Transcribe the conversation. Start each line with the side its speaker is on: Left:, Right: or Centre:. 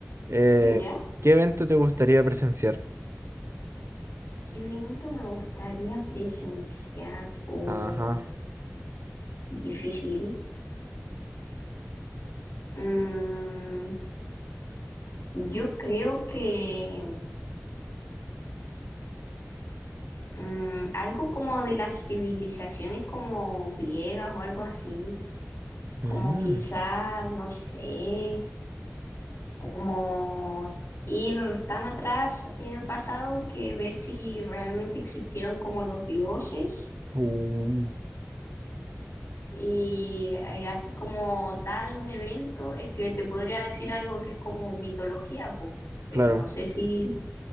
Right: eh,
Left: ¿Ya?
Right: ¿qué evento te gustaría presenciar?
Left: ¿Qué evento me gustaría presenciar o
Right: Ajá.
Left: difícil? Mm, yo creo que mm, algo como de las civilizaciones como griegas o algo así, como
Right: mm,
Left: quizás, no sé, como ir tan atrás en el pasado que ver si realmente existieron como los dioses
Right: uh,
Left: Y, y así como tal un evento, es que te podría decir algo que es como mitología, pues, pero
Right: claro,
Left: no sé si,